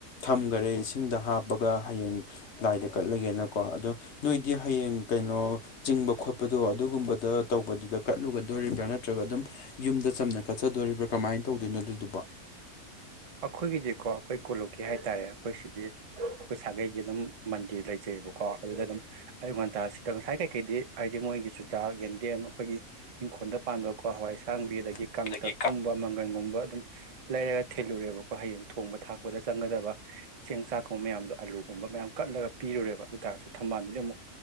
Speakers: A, on the left; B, on the right.
A: ꯊꯝꯈꯔꯦ ꯏꯁꯤꯡꯗ ꯍꯥꯞꯄꯒ ꯍꯌꯦꯡ ꯂꯥꯏꯗ ꯀꯠꯂꯒꯦꯅꯀꯣ ꯑꯗꯣ ꯅꯣꯏꯗꯤ ꯍꯌꯦꯡ ꯀꯩꯅꯣ ꯆꯤꯡꯕ ꯈꯣꯠꯄꯗꯣ ꯑꯗꯨꯒꯨꯝꯕꯗ ꯇꯧꯕꯗꯨꯗ ꯀꯠꯂꯨꯒꯗꯣꯔꯤꯕ꯭ꯔꯥ ꯅꯠꯇ꯭ꯔꯒ ꯑꯗꯨꯝ ꯌꯨꯝꯗ ꯆꯝꯅ ꯀꯠꯆꯗꯣꯔꯤꯕ꯭ꯔꯥ ꯀꯃꯥꯏꯅ ꯇꯧꯗꯣꯏꯅꯣ ꯑꯗꯨꯗꯨꯕ
B: ꯑꯩꯈꯣꯏꯒꯤꯗꯤꯀꯣ ꯑꯩꯈꯣꯏ ꯀꯣꯂꯣꯀꯤ ꯍꯥꯏꯇꯥꯔꯦ ꯑꯩꯈꯣꯏ ꯁꯤꯒꯤ ꯑꯩꯈꯣꯏ ꯁꯥꯒꯩꯒꯤ ꯑꯗꯨꯝ ꯃꯟꯗꯤꯔ ꯂꯩꯖꯩꯑꯕꯀꯣ ꯑꯗꯨꯗ ꯑꯗꯨꯝ ꯑꯌꯨꯛ ꯉꯟꯇꯥꯁꯤꯗ ꯉꯁꯥꯏ ꯀꯩꯀꯩꯗꯤ ꯍꯥꯏꯗꯤ ꯃꯣꯏꯒꯤ ꯆꯨꯖꯥꯛ ꯌꯦꯟꯗꯦꯝ ꯑꯩꯈꯣꯏꯒꯤ ꯏꯪꯈꯣꯜꯗ ꯄꯥꯟꯕꯀꯣ ꯍꯋꯥꯏꯁꯥꯡꯕꯤ ꯑꯗꯒꯤ
A: ꯍꯋꯥꯏꯗꯒꯤ
B: ꯀꯥꯡꯇꯛꯀꯨꯝꯕ ꯃꯪꯒꯟꯒꯨꯝꯕ ꯑꯗꯨꯝ ꯂꯩꯔꯒ ꯊꯤꯜꯂꯨꯔꯦꯕꯀꯣ ꯍꯌꯦꯡ ꯊꯣꯡꯕ ꯊꯥꯛꯄꯗ ꯆꯪꯒꯗꯕ ꯆꯦꯡ ꯆꯥꯛꯀꯨꯝꯕ ꯃꯌꯥꯝꯗꯣ ꯑꯥꯂꯨꯒꯨꯝꯕ ꯃꯌꯥꯝ ꯀꯠꯂꯒ ꯄꯤꯔꯨꯔꯦꯕ ꯑꯗꯨ ꯇꯥꯔꯁꯨ ꯊꯝꯕꯥꯜꯗꯨꯗꯤ ꯑꯃꯨꯛ